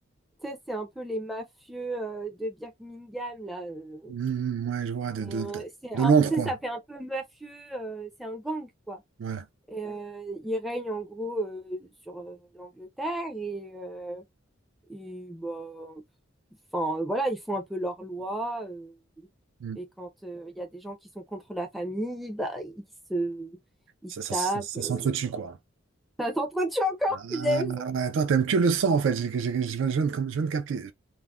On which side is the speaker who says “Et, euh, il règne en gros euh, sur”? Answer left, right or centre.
Centre